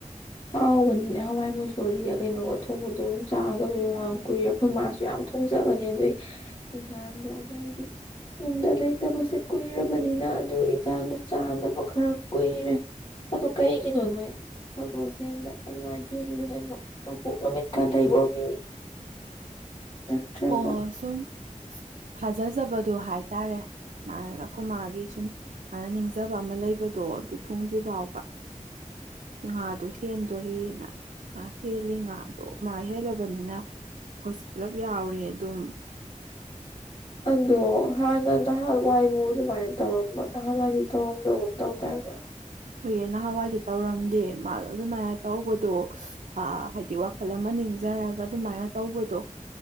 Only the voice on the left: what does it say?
ꯍꯥꯎꯕꯅꯤꯅꯦ ꯍꯋꯥꯏ ꯃꯨꯁꯣꯔꯤꯒ ꯀꯩꯅꯣꯒ ꯊꯣꯡꯕꯗꯣ ꯑꯗꯨꯝ ꯆꯥꯗꯕꯩꯡ ꯀꯨꯏꯔꯦ ꯑꯈꯣꯏ ꯃꯥꯁꯨ ꯌꯥꯝ ꯊꯣꯡꯖꯕꯅꯦ ꯑꯗꯨꯏ ꯌꯦꯟꯖꯥꯡꯗꯣ ꯑꯗꯨꯗ ꯑꯩꯗꯤ ꯌꯨꯝꯗ ꯂꯩꯇꯕꯁꯦ ꯀꯨꯏꯔꯕꯅꯤꯅ ꯑꯗꯨ ꯌꯦꯟꯁꯥꯡꯗꯣ ꯆꯥꯗꯕ ꯈꯔ ꯀꯨꯏꯔꯦ ꯑꯗꯨ ꯀꯩꯒꯤꯅꯣ ꯅꯣꯏ꯫ ꯁꯒꯣꯜꯁꯦꯟꯗ ꯑꯗꯨꯃꯥꯏꯅ ꯍꯦꯜꯂꯤꯗꯨꯅ ꯃꯄꯣꯛ ꯅꯨꯃꯤꯠꯀ ꯂꯩꯕ꯭ꯔꫭ ꯃꯤ꯫ ꯅꯠꯇ꯭ꯔꯒ
ꯑꯗꯣ ꯍꯥꯟꯅ ꯅꯍꯥꯟꯋꯥꯏꯕꯨ ꯑꯗꯨꯃꯥꯏꯅ ꯇꯧꯔꯝꯕ ꯅꯍꯥꯟꯋꯥꯏꯗꯤ ꯇꯧꯔꯝꯗꯒꯨꯝ ꯇꯧꯗꯥꯏꯅꯦ